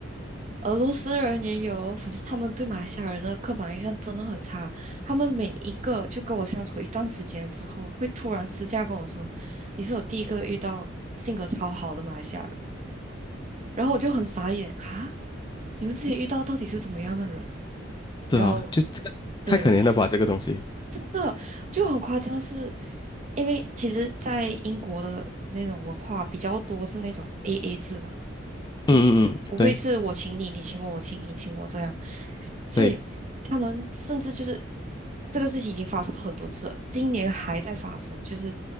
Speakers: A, on the right; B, on the left.
A: 俄罗斯人也有，反正他们对马来西亚人的刻板印象真的很差。他们每一个就跟我相处一段时间之后，会突然私下跟我说：“你是我第一个遇到性格超好的马来西亚人。”然后我就很傻眼，哈，你们之前遇到到底是怎么样的人？
B: 对啊，
A: 然后
B: 就这个太可怜了吧，
A: 对，
B: 这个东西，
A: 真的就很夸张是，因为其实，在英国的那种文化比较多是那种 AA 制嘛，就不会是我请你，
B: 嗯嗯嗯，对
A: 你请我，我请你，你请我这样，所以他们甚至就是
B: 对
A: 这个事情已经发生很多次了，今年还在发生，就是